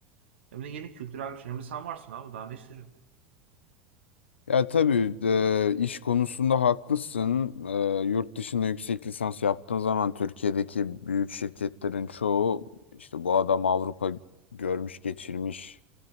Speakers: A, on the right; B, on the left.
A: Hem de yeni kültürel bir şey. Hem de sen varsın abi daha ne istiyorsun?
B: Ya tabii e, iş konusunda haklısın. E, yurt dışında yüksek lisans yaptığın zaman Türkiye'deki büyük şirketlerin çoğu işte bu adam Avrupa görmüş geçirmiş